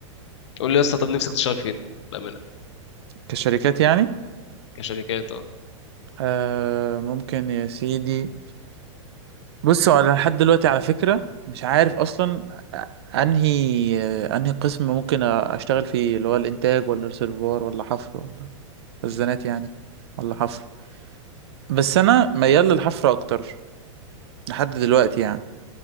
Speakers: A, on the left; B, on the right.
A: قول لي يا اسطى طب نفسك تشتغل فين؟ بأمانة
B: كشركات يعني
A: كشركات اه
B: آه ممكن يا سيدي بصوا انا لحد دلوقتي على فكرة مش عارف اصلا انهي انهي قسم ممكن اشتغل فيه اللي هو الانتاج ولا ريسيرفوار ولا حفر ولا خزانات يعني ولا حفر بس انا ميال للحفر اكتر لحد دلوقتي يعني